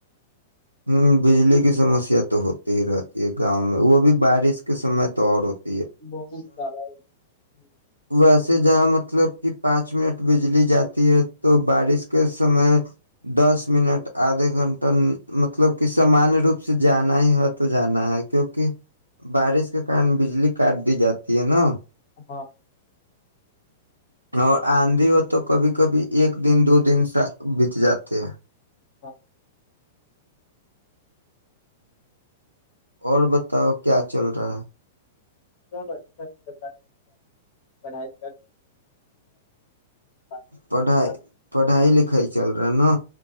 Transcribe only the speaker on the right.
ہوں بجلی کی سمسیا تو ہوتی ہی رہتی یہ گاؤں
میں وہ بھی بارش کس سمے تو اور ہوتا
ویسے جہاں مطلب کہ پانچ منٹ بجلی جاتی ہے تو بارش کے سمے دس منٹ آدھا گھنٹہ مطلب کہ سامانیہ روپ سے جانا ہی ہے تو جانا ہے کیوںکہ بارش کے کن بجلی کاٹ دی جاتی ہے نا
اور آندھی ہو تو کبھی کبھی ایک دن دو دن بت جاتے ہیں
اور بتاؤ کیا چل رہا ہے
پڑھائی
پڑھائی
لکھائی چل رہی ہے ہینا